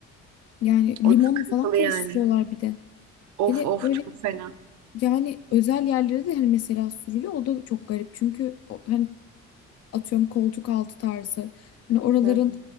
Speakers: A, on the left; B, on the right.
A: Yani
B: O
A: limonlu
B: sıkıntılı
A: falan karıştırıyorlar
B: yani.
A: bir de.
B: Of
A: Hele
B: of
A: öyle
B: çok fena.
A: yani özel yerlere de hani mesela sürülüyor o da çok garip. Çünkü o- hani atıyorum koltuk altı tarzı hani oraların
B: Hı.